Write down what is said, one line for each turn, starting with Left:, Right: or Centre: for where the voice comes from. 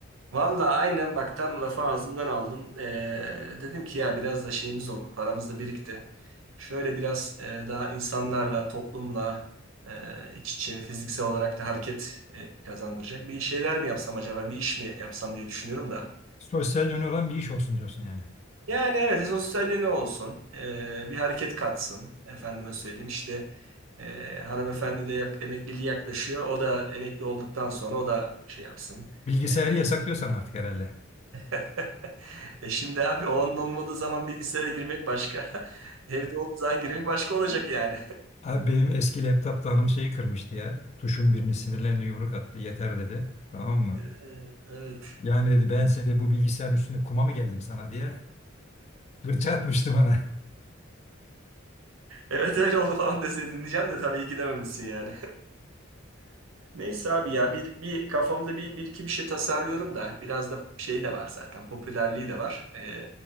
Right: Valla aynen bak tam lafı ağzımdan aldın. Ee, dedim ki ya biraz da şeyimiz oldu, paramız da birikti. Şöyle biraz e, daha insanlarla, toplumla e, iç içe, fiziksel olarak da hareket e, kazandıracak bir şeyler mi yapsam acaba, bir iş mi yapsam diye düşünüyorum da.
Left: Sosyal yönü olan bir iş olsun diyorsun yani.
Right: Yani evet, sosyalliği ne olsun, Ee, bir hareket katsın. Efendime söyleyeyim işte e, hanımefendi de yak, emekliliği yaklaşıyor. O da emekli olduktan sonra o da şey yapsın.
Left: Bilgisayarı
Right: e,
Left: yasaklıyorsan artık herhalde.
Right: <laughs> E şimdi abi o onun olmadığı zaman bilgisayara girmek başka. <laughs> Evde olduğu zaman girmek başka olacak yani.
Left: Abi benim eski laptopta hanım şeyi kırmıştı ya. Tuşun birini sinirlendi yumruk attı. Yeter dedi. Tamam mı?
Right: <laughs> Ee, Evet.
Left: Yani dedi ben size de bu bilgisayarın üstünde kuma mı geldim sana diye. <laughs> Fırça atmıştı bana. <laughs>
Right: Evet öyle oldu falan deseydin diyeceğim de tabii iyi ki dememişsin yani. <laughs> Neyse abi ya bir, bir kafamda bir, bir iki bir şey tasarlıyorum da biraz da şey de var zaten popülerliği de var. Ee,